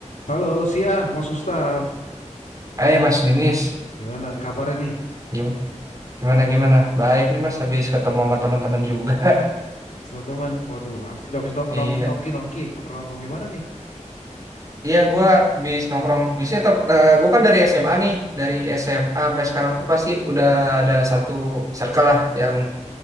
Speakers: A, on the left; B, on the right.
A: Halo, siang Mas Gustaf.
B: Eh Mas Ninis,
A: Gimana kabarnya nih,
B: gimana gimana gimana? Baik nih Mas, habis ketemu sama teman-teman juga. <laughs>
A: teman-teman? Waduh, asik dong habis nong-
B: Iya,
A: nong- nongki-nongki, nongkrong-nongkrong di mana nih?
B: iya gue habis nongkrong bisa. gue kan dari SMA nih, dari
A: Hmm.
B: SMA sampai sekarang tuh pasti udah ada satu circle lah yang